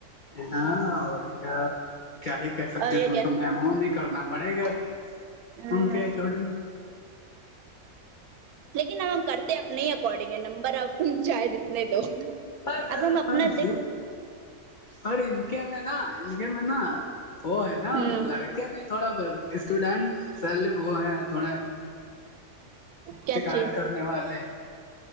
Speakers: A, on the left; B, on the right.
A: ہاں اور کیا کیا ہی کہہ سکتے
B: اور یہ
A: تم تو میم ہو نہیں کرنا پڑے گا ہی
B: ہوں
A: ان کے اکارڈنگ
B: لیکن ہم کرتے ہیں اپنے ہی اکارڈنگ ہے نمبر آپ چاہیں جتنے دو
A: پر
B: اب ہم اپنا
A: پر
B: دیکھ
A: یہ پر ان کے میں نا ان کے میں نا وہ ہے
B: ہوں
A: نا لڑکے بھی تھوڑا اسٹوڈینٹ سیل وہ ہیں تھوڑے
B: کیا
A: شکایت
B: چیز
A: کرنے والے